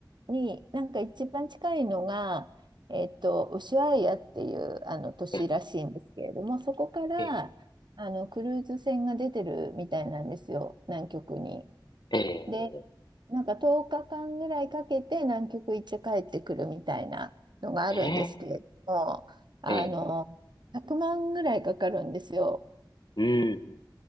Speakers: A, on the right; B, on the left.
A: に、なんか一番近いのが、えっと、ウシュアイアっていうあの都市らしいんですけれども、
B: ええ、
A: そこからあのクルーズ船が出てるみたいなんですよ、
B: ええ。
A: 南極に。
B: ええ、
A: で、なんか10日間ぐらいかけて南極行って帰ってくるみたいなのがあるんですけれども、
B: ええ、
A: あの、
B: ええ、
A: 100万ぐらいかかるんですよ。
B: うん、